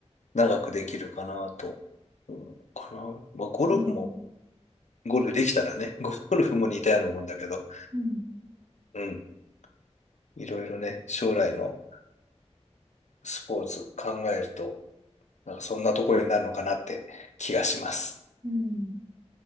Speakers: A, on the left (about 85°); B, on the right (about 30°).
A: 長くできるかなと、うん、かな。まあ、ゴルフも、
B: うん。
A: ゴルフできたらね、<laughs> ゴゴルフも似たようなもんだけど、
B: うん。
A: うん、いろいろね、将来のスポーツ考えると、なんかそんなところになるのかなって気がします。
B: うん